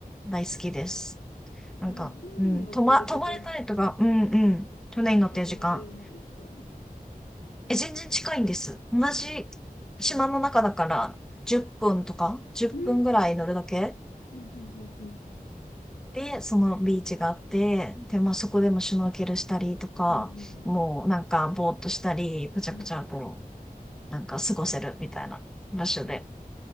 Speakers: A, in the centre; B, on the left.
A: 大好きです。なんか、
B: その船に乗ってる時間
A: うん、泊ま、泊まれたりとか、うんうん、船に乗ってる時間。
B: はどのくらいなんですかう
A: え、全然近いんです。同じ島の中だから10分とか、1分ぐらい乗るだけ
B: ーん、うん、うん、うん、うん、
A: で、そのビーチがあって、で、まあそこでもシュノーケルしたりとか、
B: うん、うん、
A: もうなんかぼーっとしたり、ぷちゃぷちゃこ
B: うん、う
A: う、なんか過ごせるみたいな場所で。
B: ん、え、